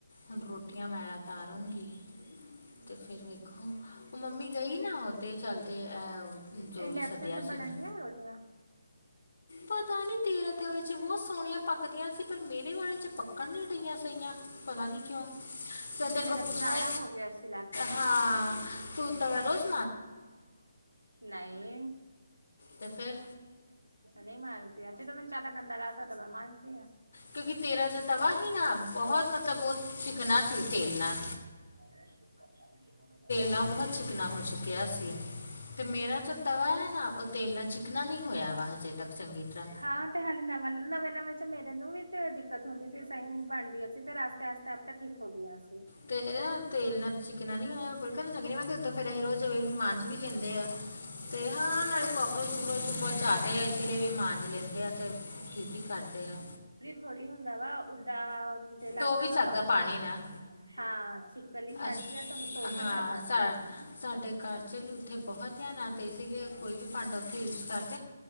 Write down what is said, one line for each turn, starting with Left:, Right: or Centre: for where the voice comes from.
Left: ਹੁ ਰੋਟੀਆਂ ਮੈਂ ਉਤਾਰੂੰਗੀ ਅਤੇ ਫਿਰ ਵੇਖੋ ਉਹ ਮੰਮੀ ਗਈ ਨਾ ਉਹਦੇ ਚਲਦੇ ਜੋ
Right: ਇੰਡਕਸ਼ਨ
Left: ਵੀ ਸੱਦਿਆ
Right: ਤੇ
Left: ਸੀ
Right: ਬਣਨ
Left: ਉਹਨੇ
Right: ਡੀਆਂ ਰੋਟੀਆਂ
Left: ਪਤਾ ਨੀ ਤੇਰ ਤੇ ਵਿੱਚ ਬਹੁਤ ਸੋਹਣੀਆਂ ਪੱਕਦੀਆਂ ਸੀ ਪਰ ਮੇਰੇ ਵਾਲੇ 'ਚ ਪੱਕਣ ਨੀ ਡਿਗੀਆਂ ਸਈਆਂ ਪਤਾ ਨੀ ਕਿਉਂ। ਫੇਰ ਤੇਰੇ
Right: ਮੇਰਾ
Left: ਕੋ ਪੁੱਛਣਾ
Right: ਪੁਰਾਣਾ ਹੋ ਗਿਆ ਸੀ ਲੱਗਦਾ ਨਾ
Left: ਹਾਂ ਤੂੰ ਤਾਂਵਾ ਰੋਜ
Right: ਨਈ
Left: ਤੇ ਫੇਰ
Right: ਨਈ ਮਰਦੀ ਅਜ ਈ ਤੇ ਮੈਨੂੰ ਜ਼ਿਆਦਾ ਗੰਦਾ ਲਗਦਾ ਉਦੋ ਮੈਂ ਮਾਜਦੀ ਆ।
Left: ਕਿਉਂਕਿ ਤੇਰਾ ਜੋ ਤਵਾ ਹੀ ਨਾ, ਬਹੁਤ ਮਤਲਬ ਉਹ ਚਿਕਨਾ ਸੀ ਤੇਲ ਨਾ।
Right: <unintelligible>
Left: ਨਾਲ ਉਹ ਬਹੁਤ ਚਿਕਨਾ ਹੋ ਚੁੱਕਿਆ ਸੀ ਤੇ ਮੇਰਾ ਜੋ ਤਵਾ ਐ ਨਾ, ਉਹ ਤੇਲ ਨਾਲ ਚਿਕਨਾ ਨੀ ਹੋਇਆ ਵਾ ਹਜੇ ਤੱਕ ਚੰਗੀ ਤਰ੍ਹਾਂ।
Right: ਹਾਂ ਤੇ ਹਲੇ ਨਵਾਂ, ਨਵੇਂ-ਨਵੇਂ 'ਚ ਮੇਰੇ ਨੂੰ ਵੀ ਤੇ ਦਿੱਕਤ ਹੁੰਦੀ ਸੀ ਸਈ ਨੀ ਬਣਦੀ ਸੀ, ਫੇਰ ਆਈਸਤਾ-ਆਈਸਤਾ ਆਪੇ ਠੀਕ ਹੋ ਗਿਆ ਸੀ।
Left: ਤੇ ਤੇਲ ਨਾਲ ਚਿਕਨਾ ਨੀ ਹੋਇਆ, ਬੁਲਕ ਚੰਗੀ <unintelligible> ਮੈਂ ਫੇਰ ਅਸੀਂ ਰੋਜ਼ ਕੋਈ ਨੀ ਮਾਂਜ ਵੀ ਲੈਂਦੇ ਆ, ਤੇ ਹਾਂ, ਨਾਲੇ ਕੌਕਰੋਜ-ਵੁਕਰੋਚ ਪਹੁੰਚਾਦੇ ਆ ਇਸ ਲਈ ਵੀ ਮਾਂਜ ਲੈਂਦੇ ਆ ਤੇ, ਠੀਕ ਹੀ ਕਰਦੇ ਆ।
Right: ਥੋੜੀ ਹੁੰਦਾ ਵਾ ਓਦਾਂ, ਜੇ ਲੱਗਦਾ
Left: ਧੋ ਵੀ
Right: ਵਾ
Left: ਸਕਦਾ
Right: ਕਾਕਰੋਚ
Left: ਪਾਣੀ ਨਾਲ
Right: ਹਾਂ, ਛਿਪਕਲੀ ਚੜ
Left: ਅਸ
Right: ਗਈ ਤ ਓਹਨੂੰ ਧੋਕੇ
Left: ਹਾਂ
Right: ਫਿਰ ਰੱੱਖਲੋ।
Left: ਸਾ ਸਾਡੇ ਘਰ 'ਚ ਵੀ ਉੱਥੇ ਬਹੁਤ ਧਿਆਨ ਆ, ਤੇ ਇਸੀ ਲੀਏ ਕੋਈ ਵੀ ਭਾੰਡਾ ਉੱਥੇ ਯੂਜ ਕਰ ਨਾ,